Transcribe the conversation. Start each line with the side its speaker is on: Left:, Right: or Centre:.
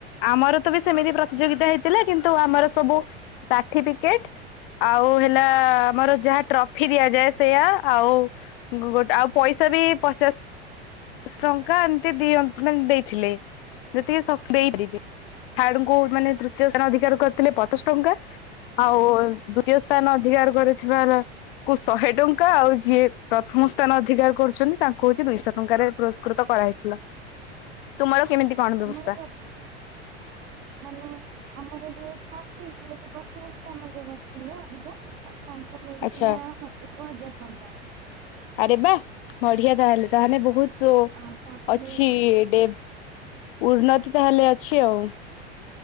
Left: ଆମର ତ ବି ସେମିତି ପ୍ରତିଯୋଗିତା ହେଇଥିଲା। କିନ୍ତୁ ଆମର ସବୁ ସାର୍ଟିଫିକେଟ ଆଉ ହେଲା ଆମର ଯାହା ଟ୍ରଫି ଦିଆଯାଏ। ସେଇୟା ଆଉ ଗୋଟେ ଆଉ ପଇସା ବି ପଚାଶଶ ଟଙ୍କା ଏମତି ଦିଅ ମାନେ ଦେଇଥିଲେ। ଯେତିକି ଦେଇବେ ହାଡଙ୍କୁ ମାନେ ତୃତୀୟ ସ୍ଥାନ ଅଧିକାର କରିଥିଲେ। ପଚାଶ ଟଙ୍କା। ଆଉ ଦ୍ଵିତୀୟ ସ୍ଥାନ ଅଧିକାର କରିଥିବା କୁ ଶହେ ଟଙ୍କା ଆଉ ଯିଏ ପ୍ରଥମ ସ୍ଥାନ ଅଧିକାର କରୁଛନ୍ତି ତାଙ୍କୁ ହଉଛି ଦୁଇଶହ ଟଙ୍କାରେ କୃତ କରାଇଥିଲା। ତୁମର କେମିତି?
Right: ଆମର
Left: <inaudible>
Right: ମାନେ ଆମର ଯ ଫାଷ୍ଟ ହେଇଥିଲା ପ୍ରଥମ ସ୍ଥାନ ଯ କରିଥିଲେ ଧିକା ତାଙ୍କୁ ମିଳିଥିଲା
Left: ଆଚ୍ଛା
Right: ଏକ ହଜାର ଟଙ୍କା
Left: ଆରେ ବା ବଢିଆ ତାହେଲେ ତାହେଲେ ବହୁତ
Right: ଆ ତାପରେ
Left: ଅଛି ଡ ଉନ୍ନତି ତାହେଲେ ଅଛି ଆଉ